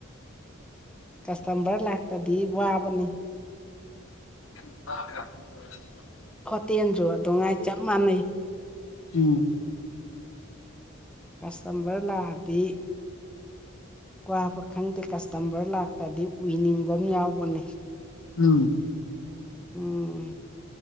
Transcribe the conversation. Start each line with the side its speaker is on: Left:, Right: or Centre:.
Centre: ꯀꯁꯇꯃꯔ ꯂꯥꯛꯇꯗꯤ ꯋꯥꯕꯅꯤ
Left: <unintelligible>
Centre: ꯍꯣꯇꯦꯟꯖꯨ ꯑꯗꯨꯉꯥꯏ ꯆꯞ ꯃꯥꯟꯅꯩ
Left: ꯎꯝ
Centre: ꯀꯁꯇꯝꯕꯔ ꯂꯥꯛꯑꯗꯤ ꯋꯥꯕ ꯈꯪꯗꯦ ꯀꯁꯇꯝꯕꯔ ꯂꯥꯛꯇꯗꯤ ꯎꯏꯅꯤꯡꯕꯝ ꯌꯥꯎꯕꯅꯦ
Left: ꯎꯝ
Centre: ꯎꯝ